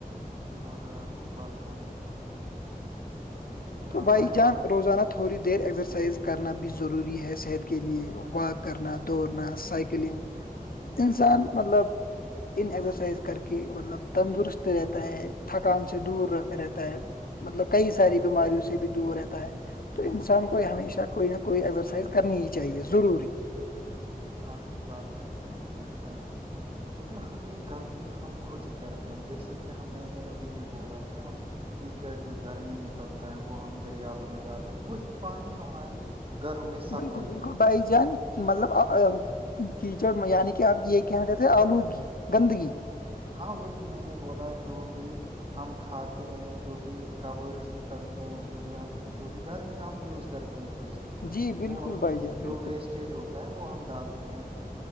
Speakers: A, on the right; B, on the left.
A: ہاں بھائی آپ کی بات بہت دہرست ہے لیکن
B: تو بھائی جان
A: ہم
B: روزانہ تھوڑی دیر ایکسرسائز کرنا بھی ضروری ہے صحت کے لیے واک کرنا دوڑنا سائیکلنگ انسان مطلب ان ایکسرسائز کر کے مطلب تندرست رہتا ہے تھکان سے دور رہتا ہے مطلب کئی ساری بیماریوں سے بھی دور رہتا ہے تو انسان کو ہمیشہ کوئی نہ کوئی ایسرسائز کرنی ہی چاہیے ضروری
A: آپ کی بات بہت درست ہیں بھائی لیکن ہم یہ غلطی ہم خود ہی کرتے ہیں جیسے کہ ہم میں نے ابھی بھی بولا کہ ہم کیچڑ جو گھر میں نکلتا ہے وہ ہم دریاو میں ڈالتے ہیں وہی پانی ہمارے گھروں میں سپلائی
B: بالکل بالکل
A: بھی ہوتی
B: بھائی
A: ہیں
B: جان
A: پھر
B: مطلب کیچڑ یعنی کہ آپ یہ کہنا چاہتے ہیں آلودگی گندگی
A: ہاں وہی میں نے بولا جو بھی ہم کھاتے ہیں جو بھی کورس نکلتے ہیں جو بھی ہم جو بھی گھر میں ہم یوز کرتے چیزیں
B: جی بالکل
A: وہ ہم
B: بھائی جان بالکل
A: جو ویسٹیج ہوتے وہ ہم ڈالتے ہیں